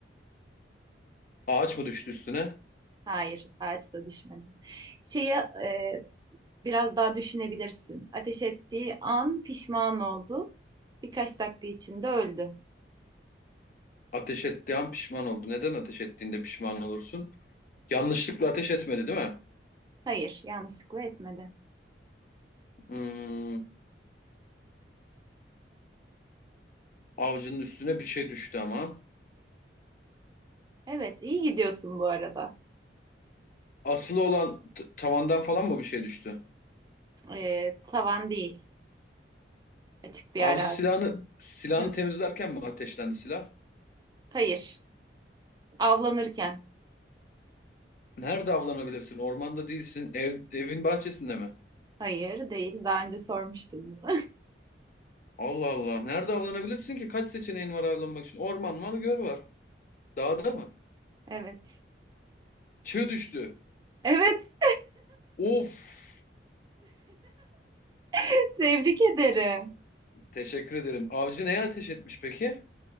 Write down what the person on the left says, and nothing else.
Ağaç mı düştü üstüne?
Ateş ettiği an pişman oldu. Neden ateş ettiğinde pişman olursun? Yanlışlıkla ateş etmedi değil mi?
Hmm, avcının üstüne bir şey düştü ama.
Asılı olan t- tavandan falan mı bir şey düştü?
Avcı
silahını silahını
temizlerken mi ateşlendi silah?
Nerede avlanabilirsin? Ormanda değilsin. Ev, evin bahçesinde mi?
Allah Allah. Nerede avlanabilirsin ki? Kaç seçeneğin var avlanmak için? Orman mı? Göl var. Dağda mı?
Çığ düştü.
Of.
Teşekkür ederim. Avcı neye ateş etmiş peki?